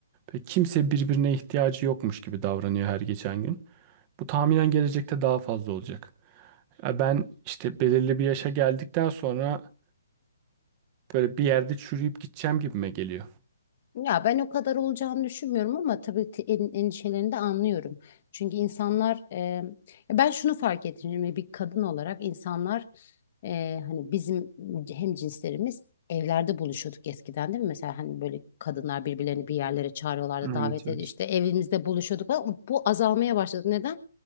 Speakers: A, on the right (about 20°); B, on the left (about 35°).
A: Ve kimse birbirine ihtiyacı yokmuş gibi davranıyor her geçen gün. Bu tahminen gelecekte daha fazla olacak. Ya ben işte belirli bir yaşa geldikten sonra böyle bir yerde çürüyüp gideceğim gibime geliyor.
B: Ya ben o kadar olacağını düşünmüyorum ama tabii ki en, endişelerini de anlıyorum. Çünkü insanlar e, ya ben şunu fark ettim şimdi bir kadın olarak insanlar e, hani bizim hem cinslerimiz evlerde buluşuyorduk eskiden değil mi? Mesela hani böyle kadınlar birbirlerini bir yerlere çağırıyorlardı,
A: Evet,
B: davet
A: evet.
B: ediyor işte evimizde buluşuyorduk ama bu azalmaya başladı. Neden?